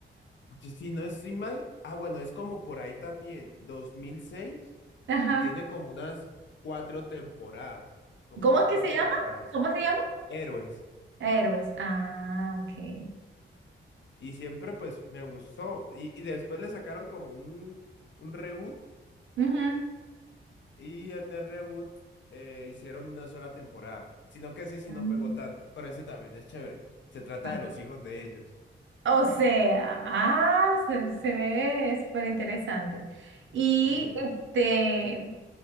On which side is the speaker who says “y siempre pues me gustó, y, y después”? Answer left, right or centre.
Left